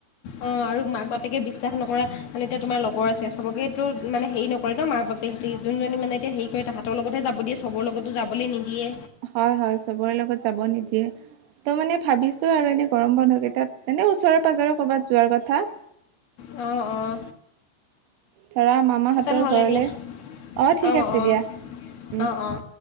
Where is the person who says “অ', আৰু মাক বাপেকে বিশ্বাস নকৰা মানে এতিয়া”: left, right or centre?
Left